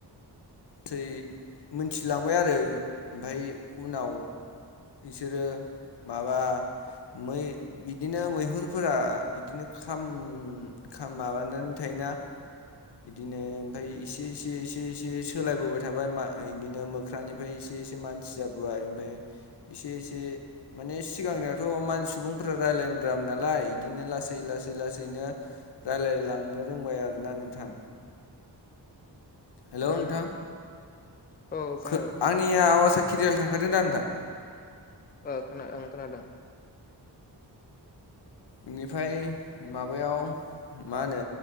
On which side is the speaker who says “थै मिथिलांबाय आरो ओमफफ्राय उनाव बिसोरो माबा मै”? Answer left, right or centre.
Left